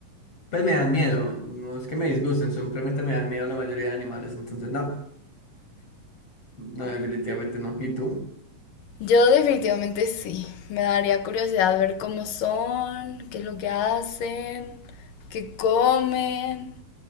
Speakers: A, on the left; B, on the left.
A: pues me dan miedo. No es que me disgusten, simplemente me dan miedo la mayoría de animales. Entonces, no, no, definitivamente no. ¿Y tú?
B: yo definitivamente sí. Me daría curiosidad ver cómo son, qué es lo que hacen, qué comen.